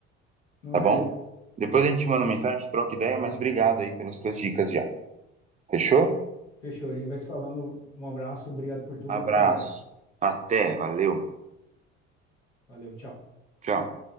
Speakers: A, on the left; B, on the right.
A: Não,
B: tá
A: beleza.
B: bom? Depois a gente manda
A: Fechou.
B: mensagem, troca ideia, mas obrigado aí pelas tuas dicas já. Fechou?
A: Fechou. A gente vai se falando. Um abraço, obrigado por tudo.
B: Abraço.
A: Até breve.
B: Até, valeu.
A: Valeu, tchau.
B: Tchau.